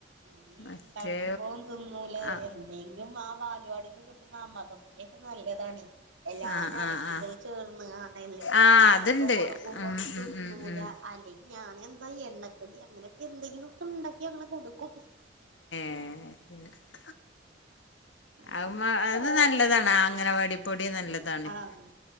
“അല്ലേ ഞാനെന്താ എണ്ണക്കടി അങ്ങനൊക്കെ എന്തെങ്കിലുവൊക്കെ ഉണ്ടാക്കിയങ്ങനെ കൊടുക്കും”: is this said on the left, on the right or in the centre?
Right